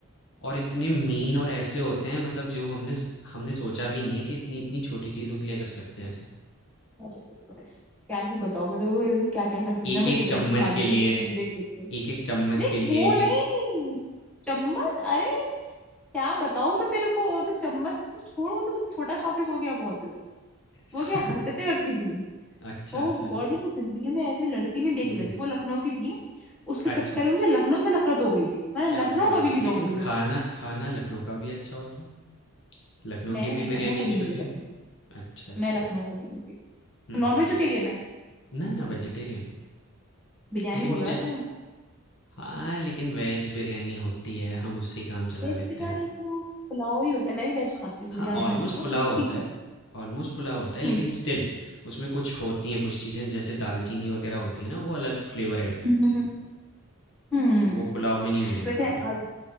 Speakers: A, on the left (about 55°); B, in the centre.
A: और इतने मीन और ऐसे होते हैं मतलब जो हमने स हमने सोचा भी नहीं है कि इतनी-इतनी छोटी चीज़ों के लिए कर सकते हैं ऐसा।
B: अरे बस क्या ही बताओ मतलब वो लड़की क्या क्या करती
A: 1-1
B: थी ना मैं डिप्रेशन
A: चम्मच
B: में आ गई
A: के लिए
B: थी उसको चीज देख देख के
A: 1-1 चम्मच
B: नहीं
A: के लिए
B: वो
A: 1-1
B: नहीं चम्मच अरे क्या बताऊं मैं तेरे को वो तो चम्मच तो छोड़ वो तो छोटा टॉपिक हो गया बहुत
A: <laughs>
B: वो क्या हरकतें करती थी
A: अच्छा,
B: ओ
A: अच्छा, अच्छा।
B: गॉड मैंने जिंदगी में ऐसी लड़की नहीं देखी
A: हुँ,
B: कभी वो लखनऊ की थी उसके
A: अच्छा,
B: चक्कर में मुझे लखनऊ से नफरत हो गई थी मैं
A: क्या
B: लखनऊ
A: बात
B: कभी नहीं
A: है! लेकिन
B: जाऊंगी मैं
A: खाना खाना लखनऊ का भी अच्छा होता है? लखनऊ
B: मैंने
A: की
B: नहीं
A: भी बिरयानी
B: खा मैं कभी
A: अच्छी
B: नहीं
A: होती
B: गई
A: है?
B: लखनऊ
A: अच्छा, अच्छा।
B: मैं लखनऊ कभी नहीं गई
A: हुँ,
B: नॉन
A: हुँ,
B: वेजिटेरियन
A: हुँ।
B: है
A: ना, ना वेजिटेरियन हूँ,
B: बिरयानी
A: लेकिन
B: बोला
A: स्टिल
B: ना तूने
A: हाँ, लेकिन वेज बिरयानी होती है, हम उससे ही काम चला
B: वेज
A: लेते
B: बिरयानी
A: हैं।
B: तो पुलाव ही होता है मैं भी वेज खाती हूँ
A: हाँ,
B: बिरयानी
A: ऑलमोस्ट
B: वैसे तो
A: पुलाव
B: बट
A: होता
B: ठीक
A: है
B: है
A: ऑलमोस्ट पुलाव होता है, लेकिन
B: हम्म
A: स्टिल उसमें कुछ होती हैं कुछ चीज़ें जैसे दालचीनी वगैरह होती है ना, वो अलग फ्लेवर ऐड करती
B: हम्म हम्म,
A: है।
B: हम्म।
A: वो पुलाव में नहीं मिलेगा
B: वैसे
A: कभी।
B: आज